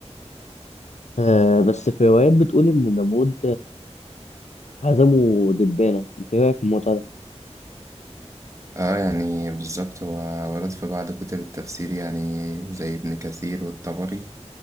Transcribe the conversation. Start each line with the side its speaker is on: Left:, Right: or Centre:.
Left: آه، بس في روايات بتقول إن النمود عزمه دبانة أنت إيه رأيك في الموضوع ده؟
Right: اه يعني بالظبط هو ورد في بعض كتب التفسير يعني زي ابن كثير والطبري